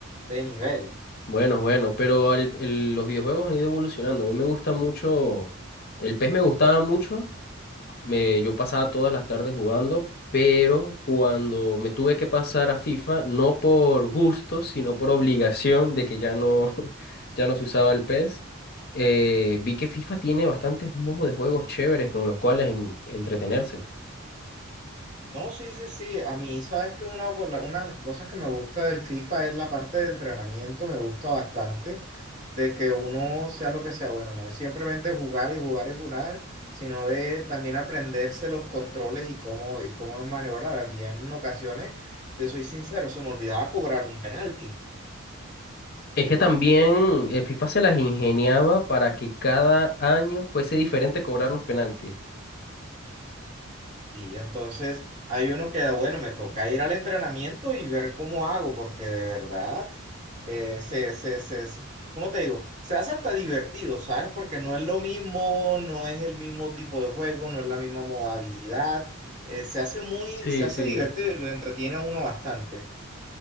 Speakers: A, on the right; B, on the left.
A: de nivel.
B: Bueno, bueno, pero al- el- los videojuegos han ido evolucionando. A mí me gusta mucho, el PES me gustaba mucho me, yo pasaba todas las tardes jugando, pero cuando me tuve que pasar a FIFA, no por gusto, sino por obligación de que ya no, <laughs> ya no se usaba el PES, eh, vi que FIFA tiene bastantes modos de juegos chéveres con los cuales en- entretenerse.
A: No, sí, sí, sí. A mí, sabes que una, por la- una de las cosas que me gusta del FIFA es la parte de entrenamiento, me gusta bastante, de que uno sea lo que sea, bueno, no es simplemente jugar y jugar y jugar, sino de también aprenderse los controles y cómo, y cómo maniobrar. Había en ocasiones, te soy sincero, se me olvidaba cobrar un penalti.
B: Es
A: Yo,
B: que también eh, FIFA se las ingeniaba para que cada año fuese diferente cobrar los penaltis.
A: Sí, entonces hay uno que, bueno, me toca ir al entrenamiento y ver cómo hago, porque de verdad, eh, se, se, se, se- ¿cómo te digo? Se hace hasta divertido, ¿sabes? Porque no es lo mismo, no es el mismo tipo de juego, no es la misma modalidad, eh, se hace muy,
B: Sí,
A: se hace
B: sí.
A: divertido y lo entretiene a uno bastante.